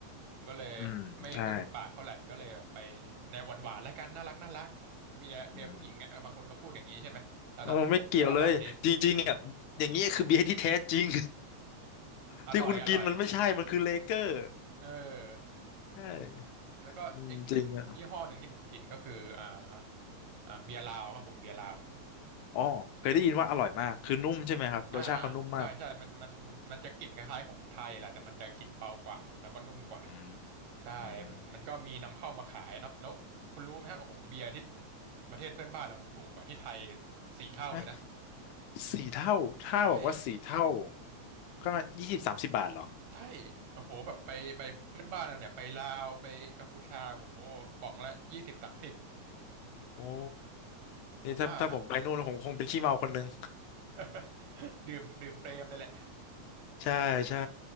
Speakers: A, on the right; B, on the left.
A: ผมก็เลย
B: อืมใช่
A: ไม่ไม่ถูกปากเท่าไหร่ก็เลยแบบไปแนวหวานหวานแล้วกันน่ารักน่ารักเบียร์เบียร์ผู้หญิงอ่ะบางคนก็พูดอย่างนี้ใช่ไหมแต่สำหรับผมมันก็อร่อยดี
B: อืมโอ้ไม่เกี่ยวเลยจริงๆอ่ะอย่างนี้ยคือเบียร์ที่แท้จริง
A: อร่อยอร่อย
B: ที่คุณกินมันไม่ใช่ มันคือเลเกอร์
A: เออ
B: ใช่
A: แล้วก็อีกอีกยี่ห้อหนึ่งที่ผมกินก็คืออ่า
B: อืมจริงอ่ะ
A: อ่าเบียร์ลาวครับผมเบียร์ลาว
B: อ๋อเคยได้ยินว่าอร่อยมากคือนุ่มใช่ไหมครับรสชาติเขานุ่มมาก
A: อ่าอ่าใช่ใช่มันมันมันจะกลิ่นคล้ายๆของไทยแหละแต่มันจะกลิ่นเบากว่าแล้วก็นุ่มกว่า
B: อืม
A: ใช่มันมันก็มีนำเข้ามาขายเนาะแล้วคุณรู้ไหมฮะโอ้โหเบียร์ที่
B: อืม
A: ประเทศเพื่อนบ้านเราเนี่ยถูกกว่าที่ไทยสี่เท่าเลยนะ
B: เอ๊ะสี่เท่าถ้าบอกว่าสี่เท่า
A: ใช่
B: ก็มายี่สิบสามสิบบาทเหรอ
A: ใช่โอ้โห แบบไปไปเพื่อนบ้านเราเนี่ยไปลาวไปกัมพูชาโอ้โหป๋องละยี่สิบสามสิบ
B: โอ้
A: ถูกมากนะ
B: นี่ถ้าถ้าผมไปนู่นผมคงเป็นขี้เมาคนนึง
A: <laughs> ดื่มดื่มเปรมเลยแหละ
B: ใช่ใช่